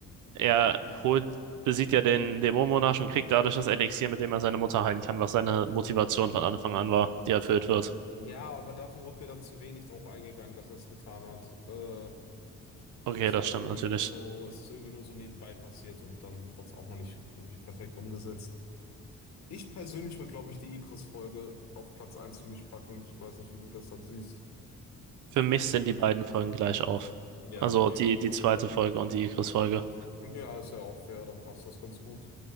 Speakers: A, on the right (about 80°); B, on the left (about 65°).
A: er holt, besiegt ja den Dämonenmonarch und kriegt dadurch das Elixier, mit dem er seine Mutter heilen kann, was seine Motivation von Anfang an war, die erfüllt wird.
B: Ja, aber dafür wurde mir dann zu wenig drauf eingegangen, dass er es getan hat. Äh,
A: Okay,
B: das
A: das
B: war
A: stimmt
B: irgendwie
A: natürlich.
B: so, es ist irgendwie nur so nebenbei passiert und dann wurde es auch noch nicht wirklich perfekt umgesetzt. Ich persönlich würde, glaube ich, die Ikris-Folge auf Platz eins für mich packen. Ich weiß nicht, wie du das dann siehst.
A: Für mich sind die beiden Folgen gleich auf.
B: Ja,
A: Also
B: okay.
A: die, die zweite Folge und die Igris-Folge.
B: Ja, ist ja auch fair, dann passt das ganz gut.